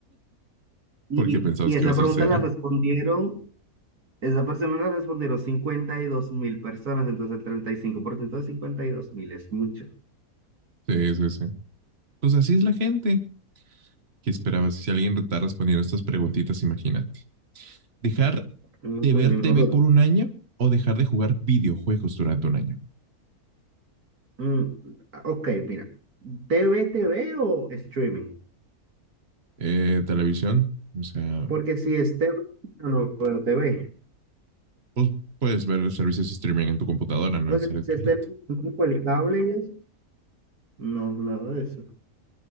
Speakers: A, on the right (about 80°); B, on the right (about 45°).
A: Y,
B: porque pensabas
A: y esa
B: que iba a ser
A: pregunta
B: cera.
A: la respondieron Esa persona le respondieron cincuenta y dos mil personas, entonces el 35% de cincuenta y dos mil es mucho.
B: Sí, sí, sí. Pues así es la gente. ¿Qué esperabas? Si alguien está respondiendo estas preguntitas, imagínate. ¿Dejar
A: No,
B: de
A: pues
B: ver
A: ni modo.
B: TV por un año o dejar de jugar videojuegos durante un año?
A: Mm, ok, mira. T V T V o streaming?
B: Eh, televisión, o sea,
A: Porque si es TV, yo no veo T V
B: pues puedes ver servicios de streaming en tu computadora, no
A: Entonces,
B: necesariamente.
A: si es televisión
B: <laughs>
A: tipo el cable y eso, no, nada de eso.